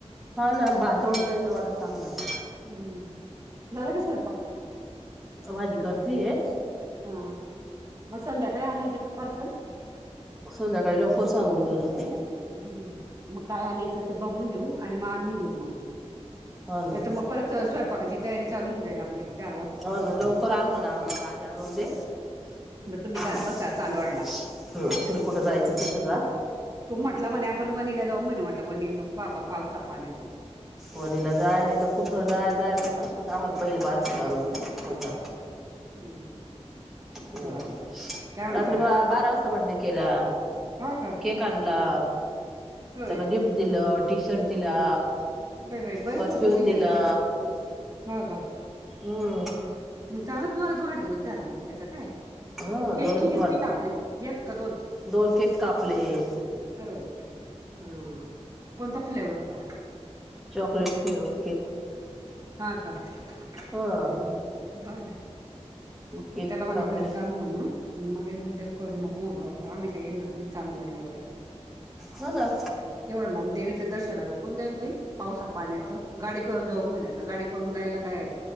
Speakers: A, in the centre; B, on the right (about 30°).
A: हा ना बाजवून जाईल <unintelligible>
B: हम्म्म झाला का स्वयंपाक?
A: माजी करते ये.
B: हां मग संध्याकाळी आणायचं का <unintelligible>
A: संध्याकाळी लवकर सांगुद्याच.
B: हं मग काय आणायचं ते बघून घेऊ आणि मग आणून घेऊ मग
A: हा ना
B: <unintelligible> परत स्वयंपाकाची तयारी चालू होऊन जाईल आपली. चार वाजता.
A: हो ना लवकर आण म्हणा आम्हाला आधी आणून दे.
B: मग तुम्ही जात
A: <inaudible>
B: बसा चांदवडला.
A: हम कुठं जायचं तिथे जा.
B: तो म्हटला, म्हणे आपण वनीला जाऊ म्हणे म्हटलं वनीला नको बाबा पावसा पाण्याचं.
A: वणीला जाय नाहीतर कुठ जायचय म्हणा पण आम्हाला पहिले पार्सल आणून दे <unintelligible>
B: <inaudible>
A: हम्
B: चालल. काय म्हणता?
A: रात्री ब बारा वाजता बड्डे केला.
B: हो का?
A: केक आणला.
B: होय
A: त्याला गिफ्ट दिलं. टी शर्ट दिला.
B: बाई बाई बरेच
A: परफ्युम
B: वस्तू दिल्या
A: दिला.
B: हा का.
A: हम्म
B: मग चांगलाच जोरात वाढदिवस झाला मंग त्याचा काय?
A: हा
B: केकी
A: जोरात
B: किती
A: वाढ
B: कापले. एक का दोन?
A: दोन केक कापले
B: अरे बापरे हं कोणता फ्लेवर होता?
A: Chocolate flavour.
B: हां का?
A: हा
B: ब <unintelligible> मग
A: केक
B: त्याला म्हणा
A: कापले
B: घरीच आण म्हण. आणि मगे उद्योग करू नको म्हणाव. आम्ही काय येणार नाही चांदवडला वगैरे
A: हो ना.
B: एवढं लांब देवीचं दर्शनाला कोण जाईल बाई पावसा पाण्याचं गाडी करून जाऊ म्हण. गाडी करून जायला काय